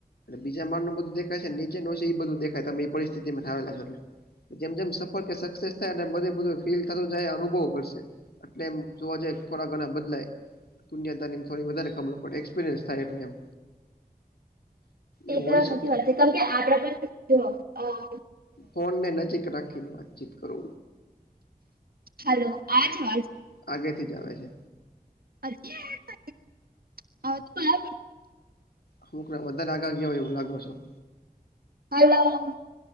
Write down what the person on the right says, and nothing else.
એ
તો
હાચી વાત છે કેમ કે આગરા પણ અહ
હાલો આવે છે અવાજ
<unintelligible>
હાલો